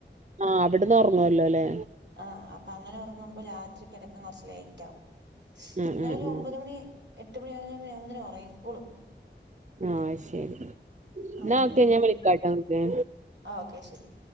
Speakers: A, on the right; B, on the right.
A: ആഹ് അവിടന്ന് ഉറങ്ങുവല്ലോ അല്ലേ
B: ആഹ് അപ്പൊ അങ്ങനെ ഉറങ്ങുമ്പോ രാത്രി കിട ക്കാൻ കുറച്ച് ലേറ്റ് ആകും
A: ഉം
B: ഇന്നല
A: ഉം
B: ഒരു
A: ഉം
B: ഒമ്പത് മണി എട്ട് മണിയാക്പുമോ ആകുമ്പേ ഉറങ്ങക്കോളും
A: ആഹ് ശരി
B: അംഗൻവാടി
A: എന്നാ ഒക്കെ ഞാൻ
B: പോയി
A: വിളിക്കട്ടോ നിങ്ങക്ക്
B: ആ ഓക്കെ ശരി